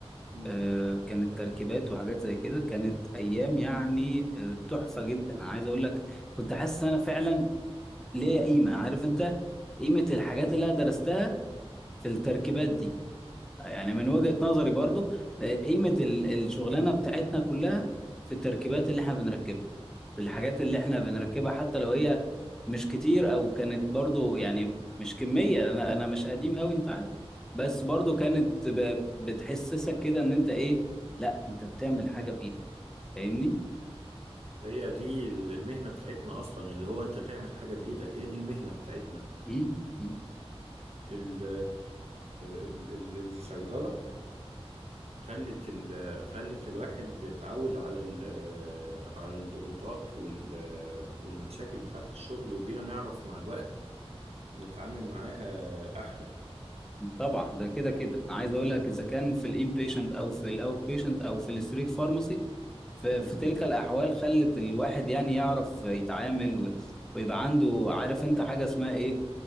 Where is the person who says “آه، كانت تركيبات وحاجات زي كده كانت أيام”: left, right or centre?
Centre